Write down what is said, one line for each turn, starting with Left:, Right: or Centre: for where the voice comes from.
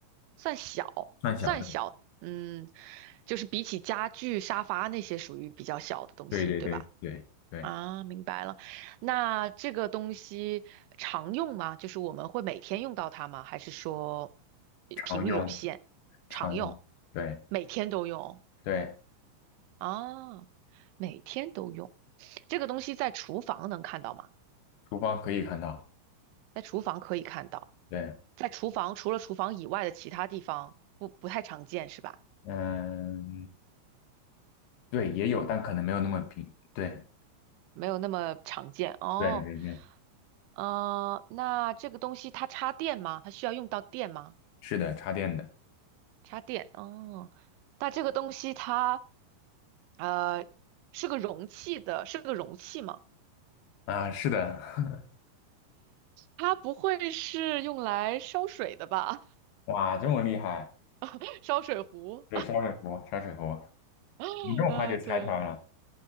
Right: 小，
Left: 算小的。
Right: 算小。嗯，就是比起家具、沙发那些属于比较小的东西，
Left: 对对对对对，
Right: 对吧？啊，明白了。那这个东西常用吗？就是我们会每天用到它吗？还是说呃频率有限，
Left: 常用常用，
Right: 常用，
Left: 对
Right: 每天都用？
Left: 对，
Right: 啊，每天都用。这个东西在厨房能看到吗？
Left: 厨房可以看到。
Right: 在厨房可以看到，
Left: 对，
Right: 在厨房除了厨房以外的其他地方不不太常见是吧？
Left: 嗯，对，也有，但可能没有那么平。对
Right: 没有那么常见哦。
Left: 对对对，
Right: 呃，那这个东西它插电吗？它需要用到电吗？
Left: 是的，插电的
Right: 插电哦，那这个东西它，呃，是个容器的，是个容器吗？
Left: 啊，是的，
Right: 它不会是用来烧水的吧？
Left: <laughs> 哇，这么厉害。
Right: <laughs> 烧水壶，
Left: 对，烧水壶，烧水壶，
Right: <laughs>
Left: 你这么快就猜出来了，
Right: 嗯、对，